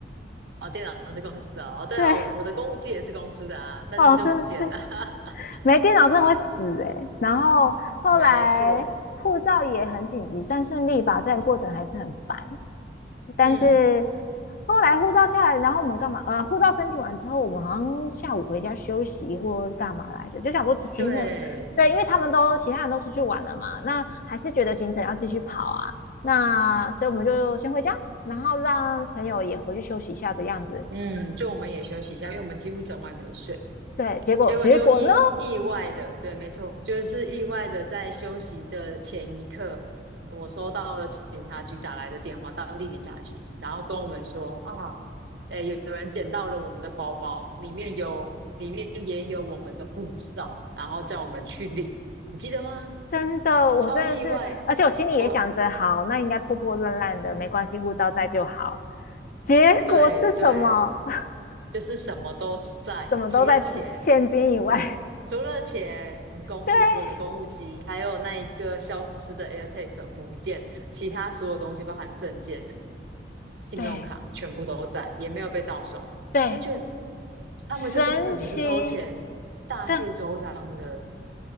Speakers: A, on the right; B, on the left.
A: 哦，电脑是公司的哦，对啊，
B: 对，
A: 我的我的公务机也是公司的啊，但是就不见了，
B: 哦，真的是
A: <laughs>
B: 没电脑真的会死哎、欸然后后来护照也很紧急，
A: 没错，
B: 算顺利吧，虽然过程还是很烦，但是
A: 嗯，
B: 后来护照下来，然后我们干嘛？呃，护照申请完之后，我们好像下午回家休息或干嘛来着，就想说行程，
A: 对，
B: 对，因为他们都其他人都出去玩了嘛，那还是觉得行程要继续跑啊，那所以我们就先回家，然后让朋友也回去休息一下的样子。
A: 嗯，就我们也休息一下，因为我们几乎整晚没睡。
B: 对，结果结果呢？
A: 结果就意意外的，对，没错，就是意外的，在休息的前一刻，我收到了警察局打来的电话，当地警察局，然后跟我们说啊，诶，有人捡到了我们的包包，里面有，里面也有我们的护照，然后叫我们去领，你记得吗？
B: 真的，我真的是，
A: 超意外，
B: 而且我心里也想着，
A: 我，
B: 好，那应该破破烂烂的，没关系，护照在就好。结果是什么？
A: 对对，
B: <laughs>
A: 就是什么都在，
B: 怎么都在此现金以外。
A: 除了钱，除了钱、公务，
B: <laughs> 对
A: 我的公务机，还有那一个消失的 AirTag 不见，其他所有东西，包含证件、信用卡，
B: 对
A: 全部都在，也没有被盗刷。
B: 对，
A: 就觉得他们就真的只是偷钱，
B: 神奇，
A: 大费周章的。
B: 对，